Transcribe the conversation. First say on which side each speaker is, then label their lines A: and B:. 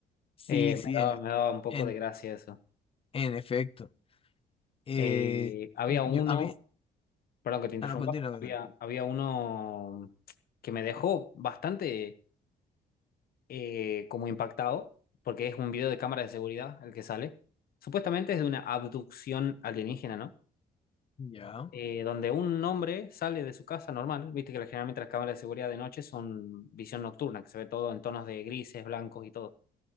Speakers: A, on the left; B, on the left.
A: Sí,
B: eh, me
A: sí,
B: daba,
A: en,
B: me daba un poco
A: en,
B: de gracia eso.
A: en efecto. Eh,
B: Eh, había
A: yo,
B: uno,
A: a mí,
B: perdón que te interrumpa,
A: a lo continuo. continúa.
B: había, había uno que me dejó bastante. eh, como impactado, porque es un video de cámara de seguridad el que sale. Supuestamente es de una abducción alienígena, ¿no?
A: Ya,
B: Eh, donde un hombre sale de su casa normal, viste que la- generalmente las cámaras de seguridad de noche son visión nocturna, que se ve todo en tonos de grises, blancos y todo.